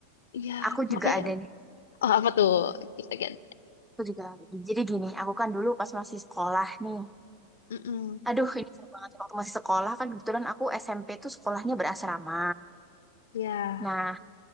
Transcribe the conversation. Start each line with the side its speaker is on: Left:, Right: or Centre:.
Left: ya
Centre: Aku
Left: makanya
Centre: juga ada nih.
Left: oh apa tuh kita kan
Centre: Aku juga. ada. Jadi gini, aku kan dulu pas masih sekolah nih.
Left: Mm-mm.
Centre: Aduh, ini seru banget. Waktu masih sekolah kan kebetulan aku SMP tuh sekolahnya berasrama.
Left: ya
Centre: Nah,